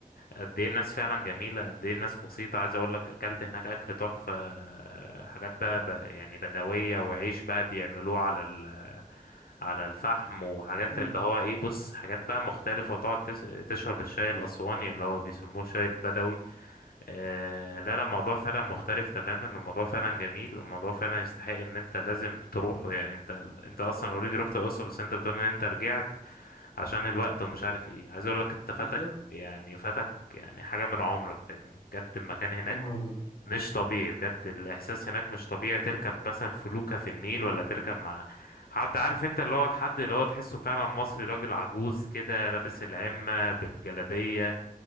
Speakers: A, on the left; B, on the left.
A: قد إيه الناس فعلا جميلة قد إيه الناس بسيطة عايز أقولك أكلت هناك أكل تحفة آه، حاجات بقى ب... يعني بدوية وعيش بقى بيعملوه على ال... على الفحم وحاجات
B: امم
A: اللي هو إيه بص حاجات بقى مختلفة وتقعد تس... تشرب الشاي الأسواني اللي هو بيسموه الشاي البدوي آه لا لا الموضوع فعلا مختلف تماما والموضوع فعلا جميل والموضوع فعلا يستحق ان انت لازم تروحه يعني انت انت اصلا اوريدي رحت الاقصر بس انت بتقول ان انت رجعت عشان الوقت ومش عارف ايه عايز اقول لك انت فاتك
B: بالظبط
A: يعني فاتك يعني حاجة من عمرك فاهمني بجد المكان هناك
B: يا نهار ابيض
A: مش طبيعي بجد الاحساس هناك مش طبيعي تركب مثلا فلوكة في النيل ولا تركب مع حد عارف انت اللي هو الحد اللي هو تحسه فعلا مصري راجل عجوز كده لابس العمة بالجلابية